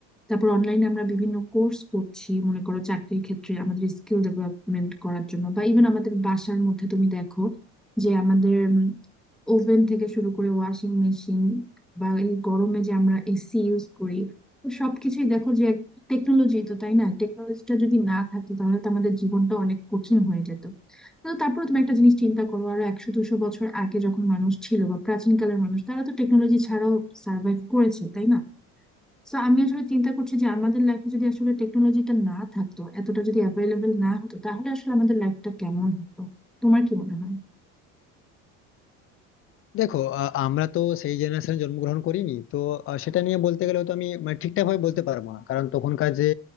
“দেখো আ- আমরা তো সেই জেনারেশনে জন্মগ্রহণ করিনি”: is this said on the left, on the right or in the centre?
Left